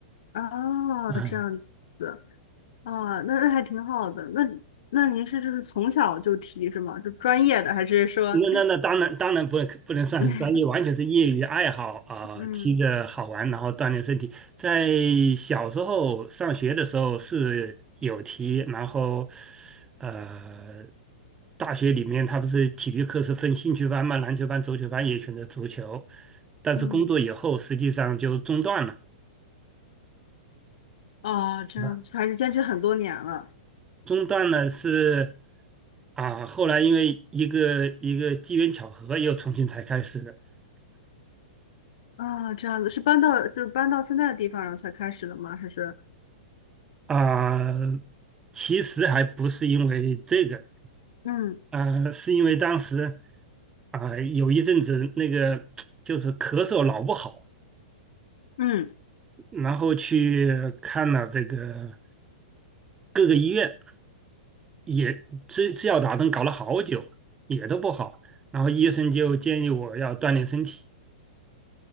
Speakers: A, on the left (about 55°); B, on the right (about 15°).
A: 啊，
B: 嗯，
A: 这样子啊，那那还挺好的。那那您是就是从小就踢是吗？就专业的还是说？
B: 那那那当然当然不不能算是专业，
A: <laughs>
B: 完全是业余爱好啊、
A: 嗯
B: 踢着好玩，然后锻炼身体。在小时候上学的时候是有踢，然后呃，大学里面他不是体育课是分兴趣班嘛，篮球班、足球班也选择足球，但是工作以后实际上就中断了。
A: 嗯，哦，这样子，
B: 啊。
A: 还是坚持很多年了。
B: 中断呢是啊，后来因为一个一个机缘巧合，又重新才开始的
A: 啊，这样子是搬到就是搬到现在的地方然后才开始的吗？还是
B: 啊。其实还不是因为这个
A: 嗯
B: 啊，是因为当时啊有一阵子那个 <tsk> 就是咳嗽老不好，
A: 嗯
B: 然后去看了这个各个医院，也吃吃药打针搞了好久，也都不好。然后医生就建议我要锻炼身体。